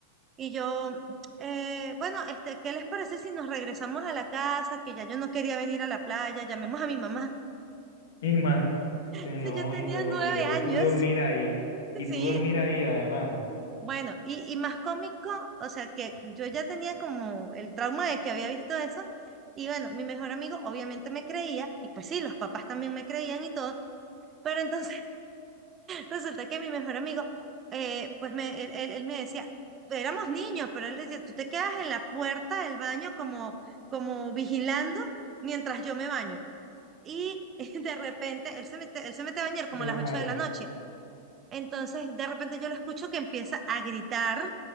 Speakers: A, on the right; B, on the left.
A: y yo, eh, bueno, este, ¿qué les parece si nos regresamos a la casa? Que ya yo no quería venir a la playa, llamemos a mi mamá.
B: <laughs>
A: <laughs>
B: Este,
A: si
B: No,
A: yo tenía
B: y luego,
A: nueve
B: y luego
A: años,
B: tú dormir ahí,
A: <laughs>
B: y
A: sí.
B: tú dormir ahí además,
A: Bueno, y, y más cómico, o sea, que yo ya tenía como el trauma de que había visto eso. Y bueno, mi mejor amigo obviamente me creía, y pues sí, los papás también me creían y todo, pero entonces Resulta que mi mejor amigo, eh, pues me, él, él- él me decía, éramos niños, pero él decía, tú te quedas en la puerta del baño como, como vigilando mientras yo me baño. Y <laughs> de repente él se mete, él se mete a bañar como
B: <laughs> claro.
A: a las 8 de la noche. Entonces, de repente yo lo escucho que empieza a gritar